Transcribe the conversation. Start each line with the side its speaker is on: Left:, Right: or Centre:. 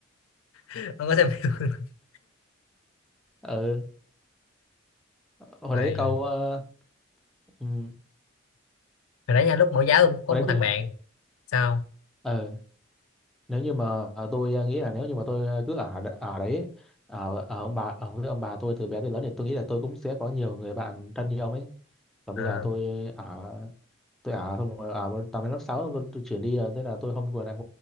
Left: không có xem phim. <laughs>
Centre: ờ, hồi
Left: rồi
Centre: đấy câu ờ, ừ,
Left: hồi nãy nha lúc mẫu giáo tôi có
Centre: hồi
Left: một
Centre: đấy
Left: thằng bạn sao
Centre: ờ, nếu như mà ờ, tôi ờ, nghĩ là nếu như mà tôi ờ, cứ ở ở đấy ở, ở ông bà ở với ông bà tôi từ bé tới lớn thì tôi nghĩ là tôi cũng sẽ có nhiều người bạn thân như ông ấy còn
Left: Ờ,
Centre: bây giờ tôi ở tôi ở xong rồi ở tầm đến lớp 6 tôi, tôi chuyển đi rồi thế là tôi không còn